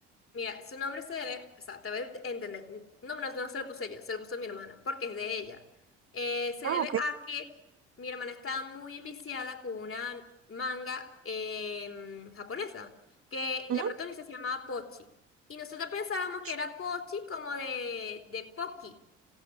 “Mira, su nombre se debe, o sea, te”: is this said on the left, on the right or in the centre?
Left